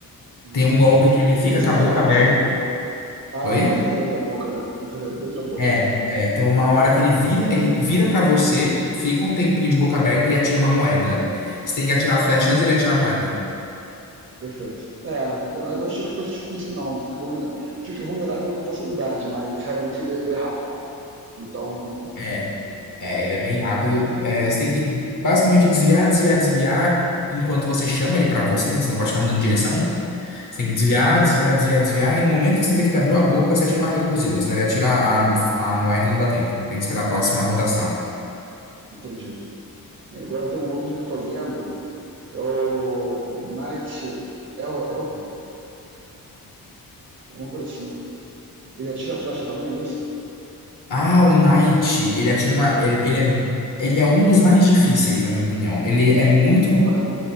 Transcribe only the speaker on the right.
Hum.
Tem que acertar
ele onde?
Ah,
tem que acertar dentro da boca, né? Tem que acertar dentro da boca.
Perfeito. É, eu não achei que fosse difícil, não. Fica vulnerável, fica vulnerável com facilidade, mas realmente ele, ele é rápido. Então,
entendi.
Hum,
entendi. E agora tem um outro que eu tô vendo, é o Knight El Elham, alguma coisa assim. Ele atira flecha também, é isso?
Pô, mas